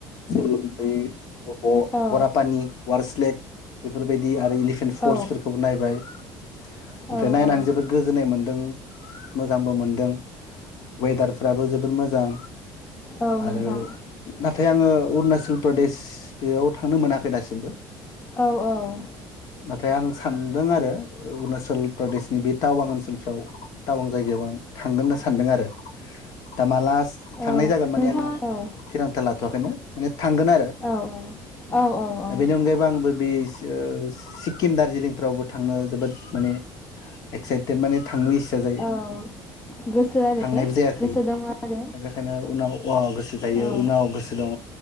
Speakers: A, on the left; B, on the left.
A: <unintelligible> ब
B: औ
A: बरापानि वार्स लेक बेफोरबायदि आरो इलिफेन्ट फल्सफोरखौबो
B: औ
A: नायबाय ओमफ्राय
B: औ
A: नायनानै
B: औ
A: जोबोद गोजोननाय मोन्दों मोजांबो मोनदों वेदारफ्राबो जोबोद मोजां
B: औ
A: आरो
B: नोंथां
A: नाथाय आंङो अरुणाचल प्रदेश बेयाव थांनो मोनाखै दासिमबो
B: औ औ
A: नाथाय आं सानदों आरो अरुणाचल प्रदेशनि बि टावां ओनसोलफ्राव टावां जायगायाव आं थांगोननो सानदों आरो दा मा लास्ट थांनाय
B: औ
A: जागोन माने
B: नोंथाङा
A: आं
B: औ
A: थिरांथा लाथ'वाखैनो माने थांगोन आरो
B: औ औ औ औ
A: बेनि अनगायैबो आंबो बि ओ सिक्किम दार्जिलिंफ्रावबो थांनो जोबोद माने एक्साइटेड माने थांनो इस गो जायो
B: औ गोसो आरो
A: थांनायबो जायाखै
B: गोसो दं आरो
A: दा बेखायनो उनाव अ गोसो जायो
B: औ
A: उनाव गोसो दंङ